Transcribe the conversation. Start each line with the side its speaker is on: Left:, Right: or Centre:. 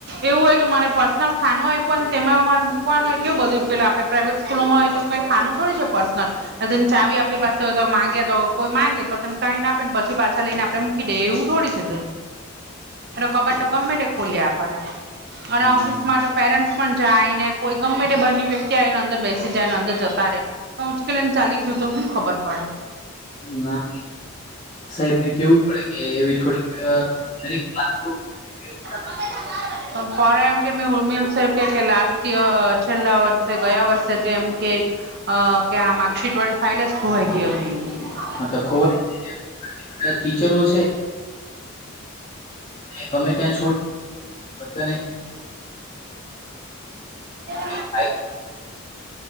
Right: એવું હોય કે મારે પર્સનલ ખાવું એ પણ તેમાં મારે મૂકવાનું હોય કેવું બધું પેલાં આપણે પ્રાઇવેટ સ્કૂલોમાં હોય તો કંઈ ખાનું થોું છે પર્સનલ તને ચાવી આપણી પાસે હોય તો માંગે તો કોઈ માંગે તો તને કાને આપે ને પછી પાછા લઈને આપડે મૂકી દે એવું થોડી છે. કબ તો ગમે ખોલ્યા કરે અને
Left: હમ
Right: ઓફિસમાં તો પેરેશ. પણ જાય ને કોઈ ગમે તે બંની વ્યક્તિ આવી ને અંદર બેસી જાયને અંદર જતા રે ઉજકેલન ચાલીક જતો હ ખબર પડે.
Left: ના સાહેબ ને કેવું. ડે કે એવી થોડીક <unintelligible>
Right: <unintelligible> તમે જતા રહો પ એમ કે મે ઉર્મિલ છે કે લાસ્ટ યર છેલ્લા વર્ષે ગયા વર્ષે તે એમ કે અ કે આ માર્કશીટ વાળી ફાઇલ જ ખોવાઈ ગઈ હતી એ
Left: હા તો ખબર બધા ટીચરો છે. તમે ત્યાં છોડી બધાને
Right: હ <unintelligible>
Left: તે ફાઈલ